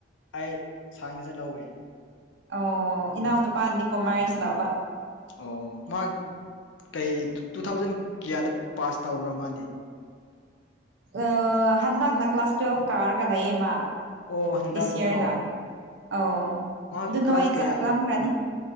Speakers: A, on the left (about 85°); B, on the right (about 70°).
A: ꯑꯩ ꯁꯥꯏꯟꯁꯗ ꯂꯧꯑꯦ
B: ꯑꯣ ꯏꯅꯥꯎ ꯅꯨꯄꯥꯗꯤ ꯀꯣꯃ꯭ꯔꯁ ꯂꯧꯕ
A: ꯑꯣ ꯃꯥ ꯀꯩ ꯇꯨꯊꯥꯎꯖꯟ ꯀꯤꯌꯥꯗ ꯄꯥꯁ ꯇꯧꯕꯔ ꯃꯥꯗꯤ
B: ꯑ ꯍꯟꯗꯛꯅ ꯀ꯭ꯂꯥꯁ ꯇꯨꯌꯦꯜꯐ ꯀꯥꯔꯒ ꯂꯩꯌꯦ ꯃꯥ
A: ꯑꯣ ꯍꯟꯗꯛ
B: ꯗꯤꯁ ꯏꯌꯔꯅ
A: ꯀꯣ
B: ꯑꯧ
A: ꯃꯥ ꯀ꯭ꯂꯥꯁ ꯀꯌꯥ
B: ꯆꯠꯂꯝꯈ꯭ꯔꯅꯤ